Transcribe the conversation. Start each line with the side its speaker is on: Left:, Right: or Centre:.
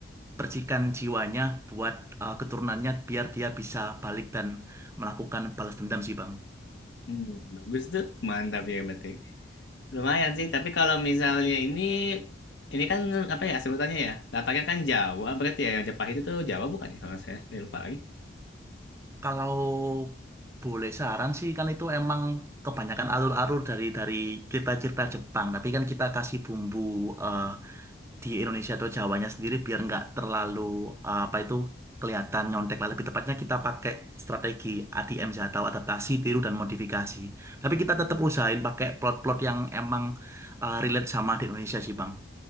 Right: percikan jiwanya buat eh, keturunannya biar dia bisa balik dan melakukan balas dendam sih Bang.
Left: Hmm, bagus tuh. Mantap ya yang penting. Lumayan sih, tapi kalau misalnya ini ini kan apa ya sebutannya ya? Latarnya kan Jawa, berarti ya yang Jepang itu tuh Jawa bukan ya kalau saya? Saya lupa lagi.
Right: Kalau boleh saran sih kan itu emang kebanyakan alur-alur dari dari cerita-cerita Jepang. Tapi kan kita kasih bumbu eh, di Indonesia atau Jawanya sendiri biar nggak terlalu eh, apa itu kelihatan nyontek lah. Lebih tepatnya kita pakai strategi ADM sih, atau adaptasi, tiru dan modifikasi. Tapi kita
Left: Hmm.
Right: tetap usahain pakai plot-plot yang emang eh, relate sama di Indonesia sih Bang.